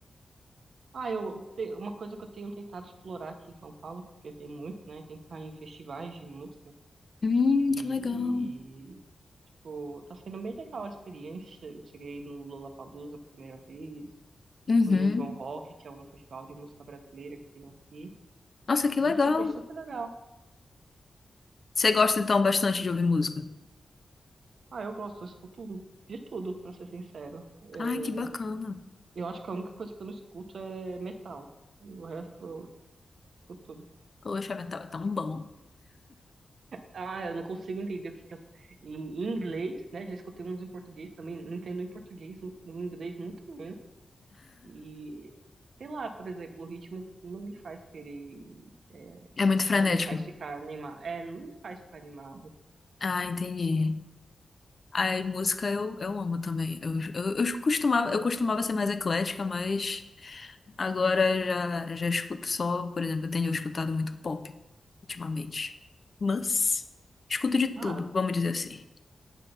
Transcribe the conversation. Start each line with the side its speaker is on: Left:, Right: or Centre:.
Right: Ah, eu, te- uma coisa que eu tenho tentado explorar aqui em São Paulo, porque tem muito, né? Tentar em festivais de música.
Left: Hum,
Right: E,
Left: que legal.
Right: tipo, tá sendo bem legal a experiência. Eu cheguei no Lollapalooza a primeira vez.
Left: Uhum.
Right: Fui no João Rock, que é um festival de música brasileira que tem aqui.
Left: Nossa, que
Right: E,
Left: legal.
Right: assim, foi super legal.
Left: Você gosta então bastante de ouvir música?
Right: Ah, eu gosto, eu escuto de tudo, pra ser sincero. É,
Left: Ai, que bacana.
Right: Eu acho que a única coisa que eu não escuto é metal. E o resto eu escuto tudo.
Left: Poxa, tá tá tão bom.
Right: Ah, eu não consigo entender o que que as... Em em inglês, né? Já escutei uns em português também. Não entendo em português, em inglês muito menos. E, sei lá, por exemplo, o ritmo não me faz querer... é,
Left: É muito frenético.
Right: não me faz ficar animado. É, não me faz ficar animado.
Left: Ah, entendi. Aí, música eu, eu amo também. Eu, eu, eu costumava, eu costumava ser mais eclética, mas agora já, já escuto só, por exemplo, eu tenho escutado muito pop ultimamente. Mas escuto de tudo,
Right: Ah,
Left: vamos dizer assim.